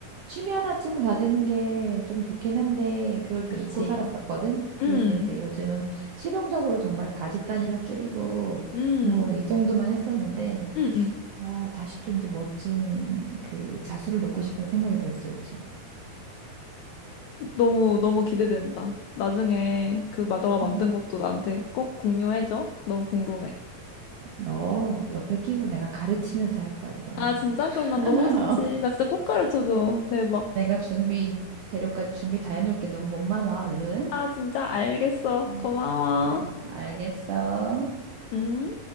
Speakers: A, on the right (about 70°); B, on the left (about 80°).
A: 취미 하나쯤 가지는 게 좀 좋긴 한데 그걸 좀
B: 그치.
A: 잊고 살았었거든.
B: 음,
A: 그래서 이제 요즘은 실용적으로 정말 바지단이나 줄이고
B: 음,
A: 뭐 이 정도만 했었는데
B: 음, 음.
A: 아, 다시 또 이제 멋진 그 자수를 놓고 싶은 생각이 들었어, 요즘.
B: 너무, 너무 기대된다. 나중에 그 마더가 만든
A: 음.
B: 것도 나한테 꼭 공유해줘. 너무 궁금해.
A: 너 옆에 끼고 내가 가르치면서 할 거야, 이번에.
B: 아, 진짜?
A: <laughs>
B: 그럼 난 너무 좋지. 나 진짜 꼭 가르쳐줘. 대박.
A: 내가 준비, 재료까지 준비 다 해놓을게. 넌 몸만 와, 얼른.
B: 아, 진짜? 알겠어.
A: 음,
B: 고마워.
A: 알, 알겠어.
B: 음.